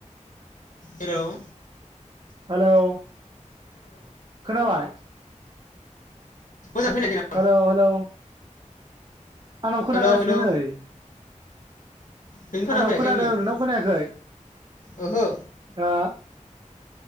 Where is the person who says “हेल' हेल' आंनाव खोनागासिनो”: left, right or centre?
Right